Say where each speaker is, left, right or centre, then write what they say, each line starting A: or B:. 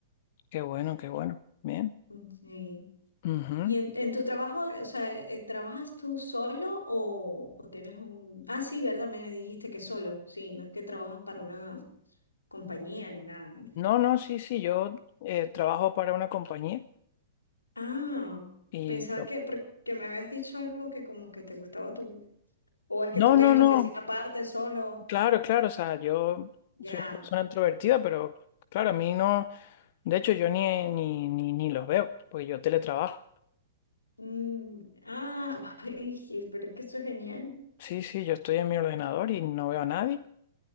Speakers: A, on the left; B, on the left.
A: qué bueno, qué bueno. Bien.
B: Mm, Sí.
A: Ujú.
B: ¿Y en, en tu trabajo, eh, o sea, eh, trabajas tú solo o, o tienes un... Ah, sí, ¿verdad? Me dijiste que solo, sí, no es que trabajas para una compañía ni nada, ¿no?
A: No, no, sí, sí, yo eh, trabajo para una compañía
B: Ah,
A: y...
B: pensaba que, porque me habías dicho algo que como que te gustaba tu... O es que
A: No,
B: tú tienes
A: no, no,
B: tu oficina aparte, solo,
A: Claro, claro, o sea, yo
B: ya.
A: soy una persona introvertida, pero claro, a mí no, de hecho yo ni, ni, ni, ni los veo, porque yo teletrabajo.
B: Mm, ah, <laughs> ay, sí, pero es que eso es genial.
A: Sí, sí, yo estoy en mi ordenador y no veo a nadie,